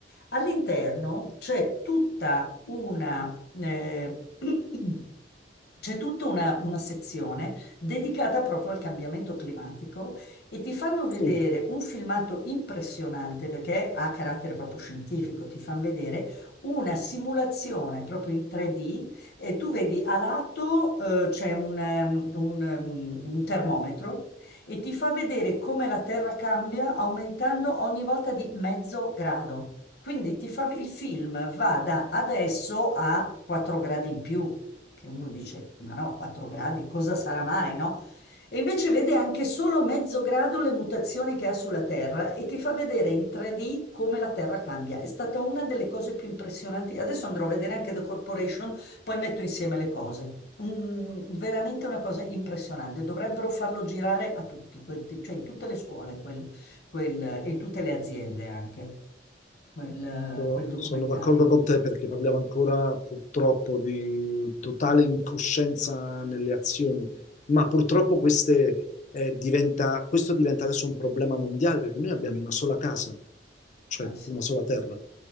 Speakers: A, on the left (about 60°); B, on the left (about 40°).
A: All'interno c'è tutta una, eh, <clears throat> c'è tutta una, una sezione dedicata proprio al cambiamento climatico e ti fanno vedere
B: Sì.
A: un filmato impressionante perché ha carattere proprio scientifico, ti fanno vedere una simulazione proprio in 3D e tu vedi a lato eh, c'è un, ehm, un, ehm, un termometro e ti fa vedere come la Terra cambia aumentando ogni volta di mezzo grado. Quindi ti fa, il film va da adesso a 4 gradi in più, che uno dice, ma no, 4 gradi, cosa sarà mai, no? E invece vede anche solo mezzo grado le mutazioni che ha sulla Terra e ti fa vedere in 3D come la Terra cambia. È stata una delle cose più impressionanti. Adesso andrò a vedere anche The Corporation, poi metto insieme le cose. Un- veramente una cosa impressionante. Dovrebbero farlo girare a tutti, quel- cioè in tutte le scuole quel- quel- e in tutte le aziende anche, quel,
B: Sono
A: quel documentario.
B: sono d'accordo con te perché parliamo ancora purtroppo di totale incoscienza nelle azioni, ma purtroppo queste, eh, diventa- questo diventa adesso un problema mondiale perché noi abbiamo una sola casa, cioè
A: Ah, sì,
B: una sola terra,